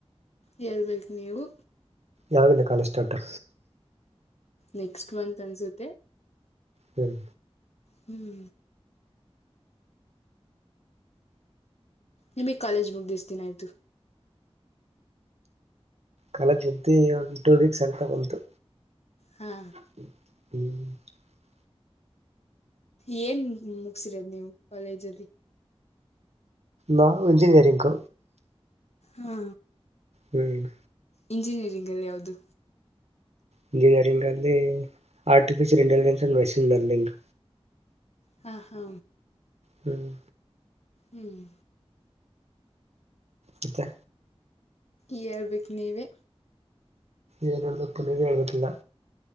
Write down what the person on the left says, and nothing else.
ಹೇಳ್ಬೇಕು ನೀವು
ನೆಕ್ಸ್ಟ್ ಮಂತ್ ಅನ್ಸುತ್ತೆ
ಹ್ಮ್ ನಿಮಿಗೆ ಕಾಲೇಜ್ ಮುಗ್ದಿ ಎಷ್ಟು ದಿನ ಆಯ್ತು
ಹಾ
ಏನ್ ಮುಗಿಸಿರೋದು ನೀವು ಕಾಲೇಜಲ್ಲಿ
ಹಾ
ಇಂಜಿನಿಯರಿಂಗ್ ಅಲ್ಲಿ ಯಾವುದು
ಹ ಹಾ
ಹ್ಮ್
ಹೇಳಬೇಕು ನೀವೇ